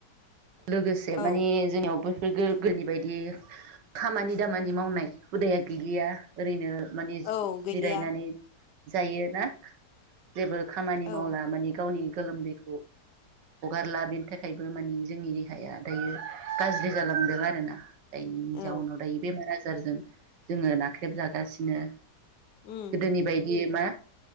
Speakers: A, on the right; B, on the left.
A: लोगोसे माने
B: औ
A: जोंनियावबो गोदोनि बायदि खामानि दामानि मावनाय हुदाया गैलिया ओरैनो मानि
B: औ गैलिया
A: जिरायनानै जायोना जेबो खामानि
B: औ
A: मावला माने गावनि गोलोमदैखौ हगारला बेनि थाखायबो मानि जोंनि देहाया दायो गाज्रि जालांदों आरोना जायनि
B: औ
A: जाउनाव दायो बेमार आ जारजों जोङो नाख्रेब जागासिनो ।
B: उम
A: गोदोनि बायदि मा?